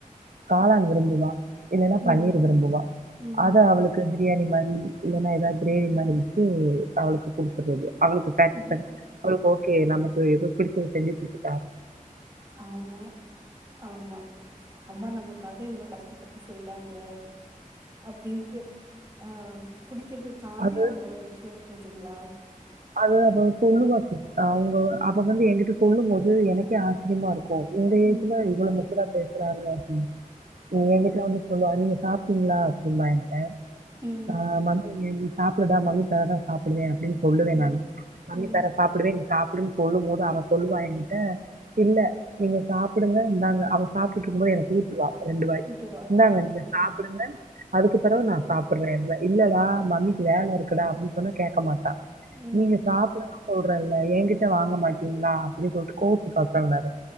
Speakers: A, on the right (about 75°); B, on the right (about 25°).
A: காளான் விரும்புவா இல்லன்னா
B: ம்
A: பன்னீர் விரும்புவா
B: ம்
A: அத அவளுக்கு பி ரியாணி மாரி இல்லன்னா ஏதாது கிரேவி மாரி வச்சு அவளுக்கு குடுக்குறது அவளுக்கு சேட்டிஸ்ஃபேக்ஷன்
B: ம்
A: அவளுக்கு ஓ க்கு நமக்கு எதோ பிடிச்சது செஞ்சு குடுத்து
B: ஆமா ஆமா அம்மா நமக்காக இவ்ளோ கஷ்டப்பட்டு செய்றாங்க அப்டின்ட்டு ஆ புடிக்கிறது தாண்டி
A: அது
B: அந்த ஒரு விஷயோ இருக்கு இத் க்கீங்களா
A: அது அவ சொல்லுவா சிஸ் அவங்க அப்ப வந்து என்கிட்ட சொல்லும் போது எனக்கே ஆச்சரியமா இரு க்கு இந்த ஏஜ்ல
B: ம்
A: இவ்ளோ மெச்சூர்டா பேசறாங்க அப்டின்னு ம் ஏன்கிட்ட வந்து சொல்லுவா நீங்க சாப்ட்டீங்களா அப்டிம்பா என் ட்ட
B: ம்,
A: நா வந்து என் சாப்புடுடா மம்மிக்காகதா சாப்புடுவே அப்டின் சொல்லுவேன்
B: ம்,
A: நான் பண்ணி
B: ம்.
A: தருவேன் சாப்பிடுவேன் சாப்பிட்டு போ அப்டின்னு சொல்லும் போது அவ சொல்லுவான் என்கிட்ட இல்ல நீங்க சாப்பிடுங்க இருந்தாங்க அவ சாப்பிட்டு இருக்கும் போது எனக்கு கூட்டுவா ரெண்டு வாய்
B: கூட்டுவா.
A: இந்தாங்க
B: ஆ,
A: நீங்க சாப்பிடுங்க அதுக்கு பிறகு
B: ம்,
A: நா சாப்பிடுறேன்பேன் இல்லடா மம்மிக்கு வேலை இருக்குடா அப்டின்னு சொன்னா கேக்க மாட்டான்
B: ம்.
A: நீங்க சாப்டானும் கூடுறோல்ல எங்கிட்ட வாங்க மாட் டிங்களா அப்டின்னு சொல்லிட்டு கோவத்த காட்டக்கூடாது